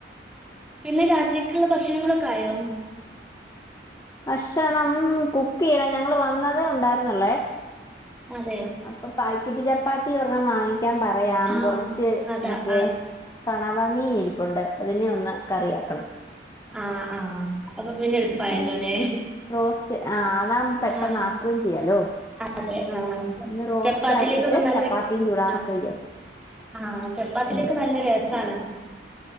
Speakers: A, in the centre; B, on the left (about 20°).
A: പിന്നെ രാത്രിക്ക് ഉള്ള ഭക്ഷണങ്ങളൊക്കെയോ
B: ഭക്ഷണം കുക്ക് ചെയ്യണം ഞങ്ങള് വന്നതേ ഉണ്ടായിരുന്നല്ലേ
A: അതെയോ
B: അപ്പൊ പാക്കറ്റ് ചപ്പാത്തി ഒരെണ്ണം വാങ്ങിക്കാൻ പറയാം
A: ആഹ്
B: കുറച്ച്
A: അതാ
B: മറ്റേ
A: ആഹ്
B: കണവ മീൻ ഇരിപ്പുണ്ട് അതിനെ ഒന്ന് കറിയാക്കണം
A: ആഹ് ആഹ് അപ്പൊ പിന്നെ എളുപ്പായല്ലോല്ലേ
B: ഉം റോസ്റ്റ് ആ അതാം പെട്ടെന്ന്
A: ആഹ്
B: ആാക്കുകയും ചെയ്യാലോ
A: അതെ ആഹ്
B: ഇന്ന് റോസ്റ്റ്
A: ചപ്പാത്തിലേക്കൊക്കെ
B: ആക്കിട്ട്
A: നല്ല
B: ചപ്പാത്തിയും ചൂടാന്നൊക്കെ
A: ആഹ്
B: വിചാരിച്ചു
A: ആഹ് ചപ്പാത്തിലേക്ക്
B: ഉം
A: നല്ല രസമാണ്